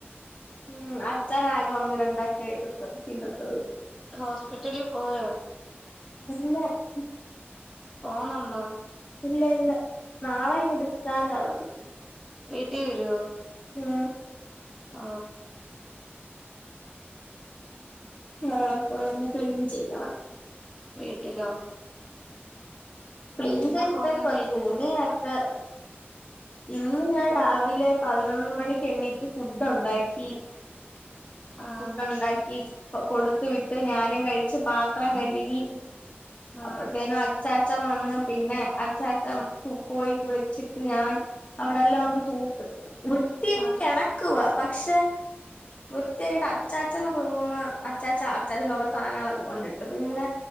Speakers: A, on the left; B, in the centre.
A: ഉം അ ച്ചൻ ആകെ ഒന്ന്‌ രണ്ടാക്കേ ട്ത്ത് തിന്നത്തോളൂ
B: ഹോസ്പിറ്റലി പോയോ
A: ഇല്ല ഉം
B: പോന്നുണ്ടോ
A: ഇല്ല ഇല്ല നാളെ ഇങ്ങ് ഡിസ്ചാർജാവുന്ന്
B: വീട്ടി വരോ
A: ആ
B: ആ
A: നാളെ പ്പോയൊന്ന് ക്ലീൻ ചെയ്യണം
B: വീട്ടിലോ
A: ക്ലിൻ
B: ഇന്നപ്പോ
A: ചെയ്യാനിട്ടെക്കുവാ
B: ഒന്നും ചെയ്തില്ലേ
A: തൂണിയക്കെ ഇന്ന് ഞാൻ രാവിലെ പതിനൊന്ന് മണിക്ക് എണിറ്റ് ഫുഡൊണ്ടാക്കി
B: ആ
A: ഫുഡൊണ്ടാക്കി കൊ കൊട്ത്ത് വിട്ട് ഞാനും കഴിച്ചു പാത്രം കഴുകി
B: ആ
A: അപ്പോഴ്ത്തേങ്ങ് അഛൻ ഛം വന്ന് പിന്നെ അച്ചാച്ചം കു പോയി കുളിച്ചിട്ട് ഞാൻ അവിടെല്ലാം ഒന്ന് തൂത്ത് വൃത്തിയായി
B: ആ
A: കെടക്കുവ പക്ഷെ വൃത്തിയായിട്ട് അച്ചാച്ചന്റെ റൂമ് അച്ചാച്ച അച്ചാച്ചൻ്റൊരോ സാധനങ്ങളൊക്കെ കൊണ്ടിട്ടത് പിന്നെ